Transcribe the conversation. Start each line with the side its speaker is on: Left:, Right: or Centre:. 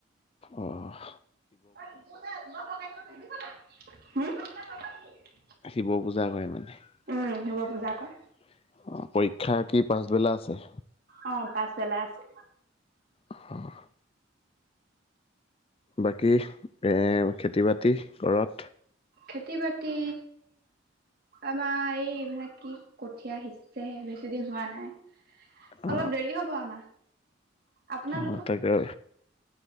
Left: অহ
Right: তোৰ যে <unintelligible> হম
Left: শিৱ পূজা কৰে মানে অ
Right: উম শিৱ পূজা কৰে
Left: পৰীক্ষা কি পাছবেলা আছে
Right: অ পাছ বেলা আছে।
Left: আহ বাকী খেতি বাতি ঘৰত
Right: খেতি বাতি আমাৰ এই এইবিলাক কি কঠীয়া সিঁচেহে বেছি দিন হোৱা নাই।
Left: অ
Right: অলপ দেৰি হ'ব আমাৰ আপোনালোকৰ
Left: অ তাকে